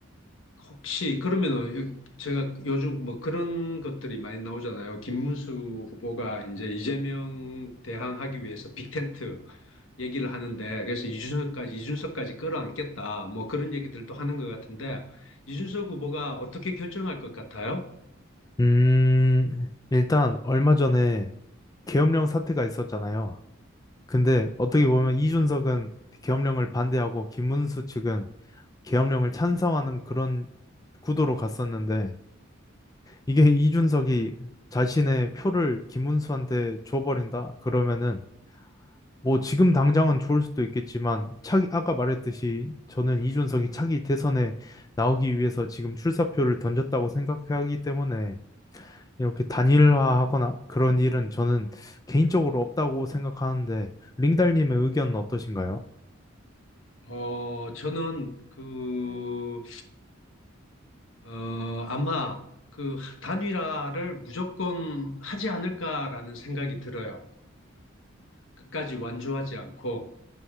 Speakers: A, on the left; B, on the left.
A: 혹시 그러면은 제가 요즘 뭐 그런 것들이 많이 나오잖아요. 김문수 후보가 이제 이재명 대항하기 위해서 빅텐트 얘기를 하는데 그래서 이준석까지 이준석까지 끌어안겠다 뭐 그런 얘기들도 하는 것 같은데 이준석 후보가 어떻게 결정할 것 같아요?
B: 음, 일단 얼마 전에 계엄령 사태가 있었잖아요. 근데 어떻게 보면 이준석은 계엄령을 반대하고 김문수 측은 계엄령을 찬성하는 그런 구도로 갔었는데 이게 이준석이 자신의 표를 김문수한테 줘버린다 그러면은 뭐 지금 당장은 좋을 수도 있겠지만 차기 아까 말했듯이 저는 이준석이 차기 대선에 나오기 위해서 지금 출사표를 던졌다고 생각하기 때문에 이렇게 단일화하거나 그런 일은 저는 개인적으로 없다고 생각하는데 링달님의 의견은 어떠신가요?
A: 어 저는 그 어 아마 그 단일화를 무조건 하지 않을까라는 생각이 들어요. 끝까지 완주하지 않고.